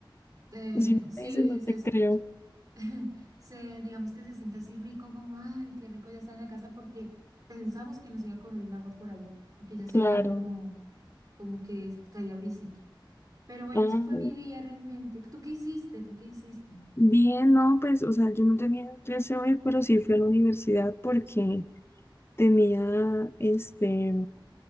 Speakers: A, on the right; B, on the left.
A: eh,
B: Si no
A: sí,
B: me dices, no te
A: se, escu-
B: creo.
A: <laughs> se, digamos que se siente así rico, como, ay, qué rico ya está en la casa, porque pensamos que nos iba a coger el agua por allá, porque ya
B: Claro.
A: se veía como, como que es- caía brisita. Pero bueno,
B: Ah,
A: eso fue mi día realmente. ¿Tú qué hiciste? ¿Tú qué hiciste?
B: bien, no, pues, o sea, yo no tenía clase hoy, pero sí fui a la universidad porque tenía, este,